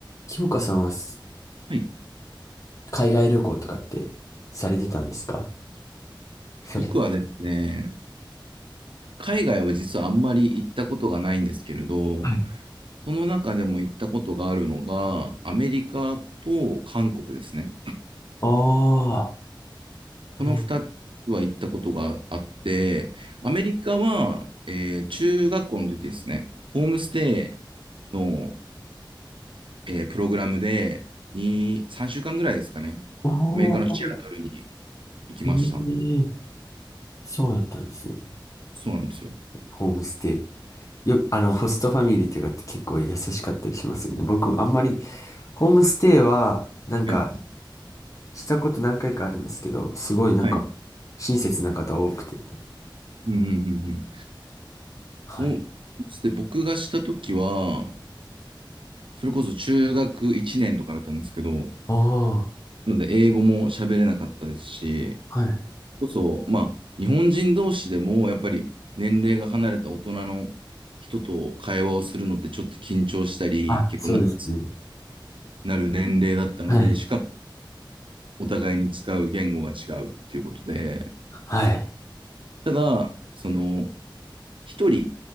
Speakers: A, on the left (about 40°); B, on the right (about 80°).
A: 清香さんはす
B: はい。
A: 海外旅行とかってされてたんですかされて。
B: 僕はですね、海外は実はあんまり行ったことがないんですけれど、
A: はい。
B: その中でも行ったことがあるのが、アメリカと韓国ですね。
A: ああ、
B: この2つは行ったことがあって、
A: め、
B: アメリカは、えー中学校の時ですね、ホームステイの、えープログラムで2、3週間ぐらいですかね、
A: おー、
B: アメリカのシアトルに行きました。
A: ええそうだったんですね。
B: そうなんですよ。
A: ホームステイ。よ、あの、ホストファミリーとかって結構優しかったりしますよね。僕、あんまり、ホームステイは、なんか、
B: はい。
A: したこと何回かあるんですけど、すごいなんか、
B: はい。
A: 親切な方多くて。
B: うんうんうんうん。
A: はい。
B: おで僕がしたときは、それこそ中学1年とかだったんですけど、
A: ああー、
B: なので英語も喋れなかったですし、
A: はい。
B: こそ、まあ、日本人同士でも、やっぱり年齢が離れた大人の人と会話をするのってちょっと緊張したり、
A: あ、
B: 結構長く
A: そうですね。
B: なる年齢だったので、
A: はい。
B: しかもお互いに使う言語が違うっていうことで、
A: はい。
B: ただ、その、一人、